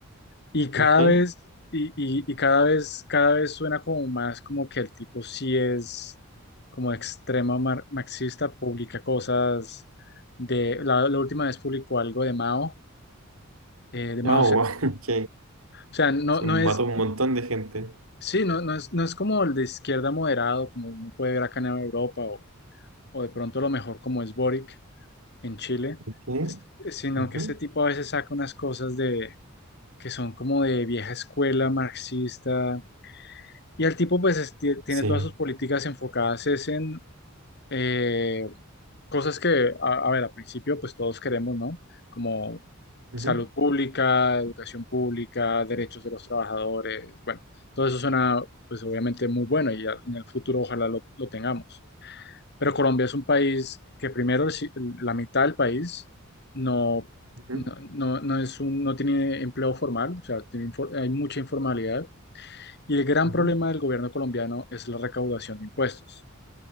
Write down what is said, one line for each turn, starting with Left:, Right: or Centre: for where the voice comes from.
Left: Y cada
Right: ok.
Left: vez, y, y- y cada vez, cada vez suena como más como que el tipo sí es como extrema mar- marxista, publica cosas de, la la última vez publicó algo de Mao eh, de Mao
Right: Ah, wow, <laughs> ok.
Left: O sea, no,
Right: Se
Left: no
Right: mató
Left: es,
Right: un montón de gente.
Left: sí, no, no es, no es como el de izquierda moderado, como uno puede ver acá en Europa, o, o de pronto lo mejor como es Boric en Chile,
Right: Ok,
Left: es- sino
Right: ujú,
Left: que este tipo a veces saca unas cosas de, que son como de vieja escuela marxista, y el tipo pues es- tie- tiene
Right: Sí.
Left: todas sus políticas enfocadas es en eh, cosas que, a, a ver, al principio pues todos queremos, ¿no? Como
Right: Ujú,
Left: salud pública, educación pública, derechos de los trabajadores, bueno, todo eso suena pues obviamente muy bueno y ya en el futuro ojalá lo, lo tengamos. Pero Colombia es un país que primero el si- la mitad del país no,
Right: ujú,
Left: no, no, no es un, no tiene empleo formal, o sea, tiene infor- hay mucha informalidad y el gran
Right: ujú,
Left: problema del gobierno colombiano es la recaudación de impuestos.